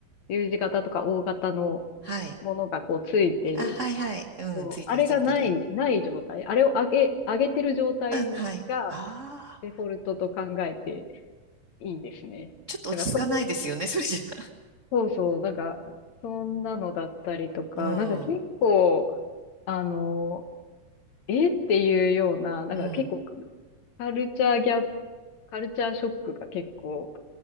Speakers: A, on the left; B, on the right.
A: U 字型とか O 型の
B: はい。
A: ものがこうついてると。
B: あ、はいはい。うん、
A: そうあれがない、
B: ついてるついてる。
A: ない状態。あれを上げ、上げてる状態が
B: うん、はい。ああ、
A: デフォルトと考えていいんですね。
B: ちょっと落ち着かないですよね、
A: だからそこ
B: <laughs> それじゃ。
A: そうそう、なんか、そんなのだったりとか、
B: うん、
A: なんか結構、あの、えっていうような、なんか結構
B: うん。
A: カルチャーギャップ、カルチャーショックが結構